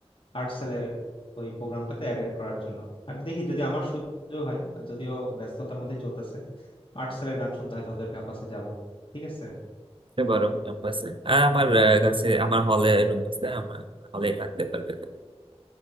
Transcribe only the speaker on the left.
আর্টসেলের ওই প্রোগ্রামটাতে অ্যাটেন্ড করার জন্য আর দেখি যদি আমার সুযোগ হয় আর যদিও ব্যস্ততার মধ্যেই চলতেছে আর্টসেলের গান শুনতে হয় তোদের ক্যাম্পাসে যাব ঠিক আছে